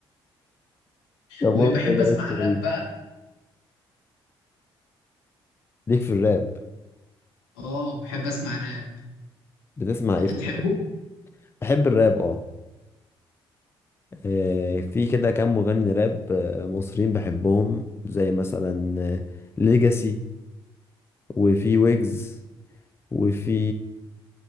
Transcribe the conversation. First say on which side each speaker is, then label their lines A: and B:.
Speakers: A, on the left; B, on the left.
A: طب هو
B: وبحب
A: كده
B: اسمع
A: اسمه
B: راب
A: غريب
B: بقى
A: ليك في الراب
B: اه بحب اسمع راب
A: بتسمع
B: انت
A: ايه في
B: بتحبه
A: الراب؟ بحب الراب اه آه، في كده كام مغني راب آه، مصريين بحبهم زي مثلا ليجاسي وفي ويجز وفي